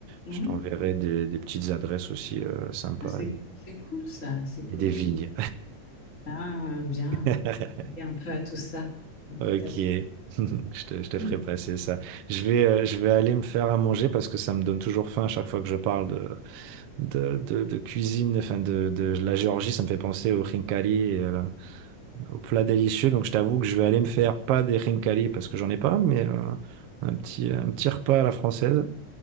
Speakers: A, on the left; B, on the right.
A: Ouais.
B: je t'enverrai des, des petites adresses aussi euh, sympas
A: Ah, c'est,
B: et,
A: c'est cool, ça. C'est cool,
B: et des vignes.
A: super. Ah, bien.
B: <laughs>
A: Et un peu à tout ça. Peut-être.
B: Ok, <laughs> je te, je te
A: <laughs>
B: ferai passer ça. Je vais, euh, je vais aller me faire à manger parce que ça me donne toujours faim à chaque fois que je parle de, de, de, de cuisine, enfin de, de la Géorgie. Ça me fait penser aux khinkali, et euh, aux plats délicieux. Donc je t'avoue que je vais aller me faire pas des khinkali parce que j'en ai pas, mais euh, un petit, un petit repas à la française.